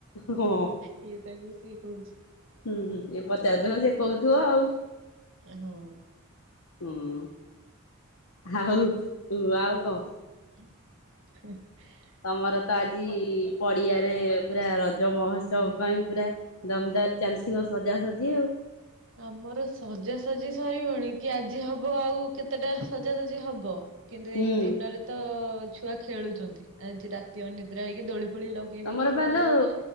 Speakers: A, on the left; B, on the right.
A: ହଁ
B: ଇଏ ତାକୁ ସିଏ କହୁଛି।
A: ହୁଁ ଇଏ ପଚାରୁଥିବ ସେ କହୁଥିବ ଆଉ।
B: ହଁ।
A: ହୁଁ ଆଉ ଆଉ କଁ?
B: <inaudible>
A: ତମର ତ
B: ଆଉ
A: ଆଜି
B: କ
A: ପଡିଆରେ ପୁରା ରଜ ମହୋତ୍ସବ
B: ହଁ।
A: ପାଇଁ ପୁରା ଦମଦାର ଚାଲିଥିବ ସଜାସଜି ଆଉ
B: ଆମର ସଜାସଜି ସରିବଣି କି ଆଜି ହବ ଆଉ କେତେଟା ସଜାସଜି ହବ କିନ୍ତୁ
A: ହୁଁ
B: ଏଇ ଦିନରେ ତ ଛୁଆ ଖେଳୁଛନ୍ତି ଆଜି ରାତି ଅନିଦ୍ରା ହେଇକି ଦୋଳି ଫୋଳି ଲଗେଇବେ
A: ତମର
B: କି କଣ
A: ପା ଲୋ
B: କରିବେ